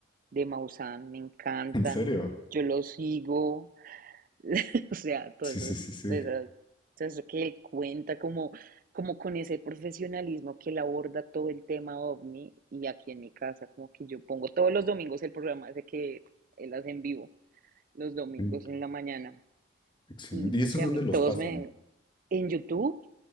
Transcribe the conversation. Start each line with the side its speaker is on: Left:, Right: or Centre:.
Right: de Maussan, me encantan.
Left: ¿En serio?
Right: Yo los sigo. <laughs> O sea, todo
Left: Sí,
Right: eso,
Left: sí, sí, sí.
Right: todo eso, todo eso que él cuenta, como, como con ese profesionalismo que él aborda todo el tema ovni y aquí en mi casa, como que yo pongo todos los domingos el programa ese que él hace en vivo, los domingos
Left: Mm,
Right: en la mañana.
Left: Excelente.
Right: Y no
Left: ¿Y esos
Right: sé,
Left: dónde
Right: a mí todos
Left: los pasan?
Right: me... En YouTube